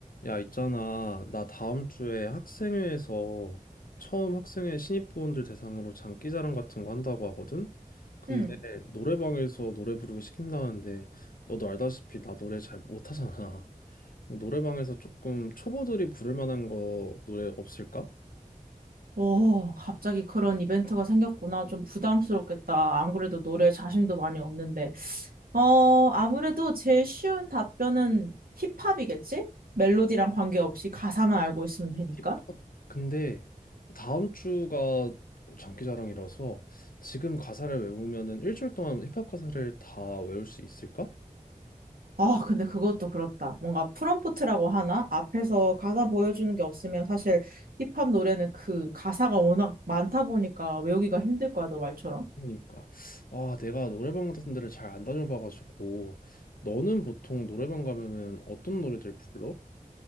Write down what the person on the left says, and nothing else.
야, 있잖아. 나 다음 주에 학생회에서 처음 학생회 신입부원들 대상으로 장기자랑 같은 거 한다고 하거든? 근데
노래방에서 노래 부르기 시킨다는데 너도 알다시피 나 노래 잘 못하잖아. <laughs> 노래방에서 조금 초보들이 부를 만한 거 노래 없을까?
힙합? 근데 다음 주가 장기자랑이라서 지금 가사를 외우면은 일주일 동안 힙합 가사를 다 외울 수 있을까?
그러니까 아 내가 노래방 같은 데를 잘 안 다녀봐가지고 너는 보통 노래방 가면은 어떤 노래들 불러?